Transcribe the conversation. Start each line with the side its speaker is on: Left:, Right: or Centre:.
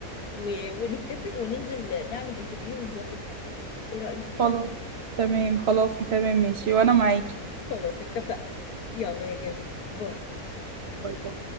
Left: و... ونتفق وننزل نعمل انترفيو ونظبط مع بعض ايه رأيك
Right: خلاص تمام خلاص تمام ماشي وانا معاكي
Left: خلاص اتفقنا يلا يا جميل باي
Right: باي باي